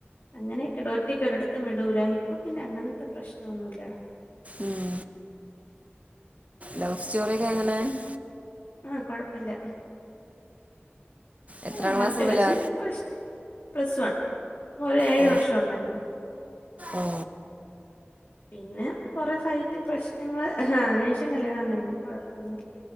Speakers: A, on the left; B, on the right.
A: അങ്ങനെയൊക്കെണ്ട് ഒറ്റക്കൊരിടത് ത്തും വിടൂല. ഇപ്പ പിന്നെ അങ്ങനത്തെ പ്രശ്നം ഒന്നുവില്ലടാ.
B: ഉം ലവ് സ്റ്റോറിയൊക്കെ എങ്ങനെ? <inaudible>
A: ആ കൊഴപ്പില്ല,
B: എത്രാം
A: ആ
B: ക്ലാസ്
A: അത്യാവശ്യം
B: മുതലാ
A: പ്രശ് പ്ലസ് വൺ, ഒരേഴ്
B: ഓ
A: വർഷം ഉണ്ടായിരുന്നു.
B: ഓ
A: പിന്നെ കൊറെ ഫൈറ്റ് പ്രശ്നങ്ങള് അയിനേഷം കല്യാണം കഴിഞ്ഞ്, കൊഴപ്പൊന്നുമില്ല.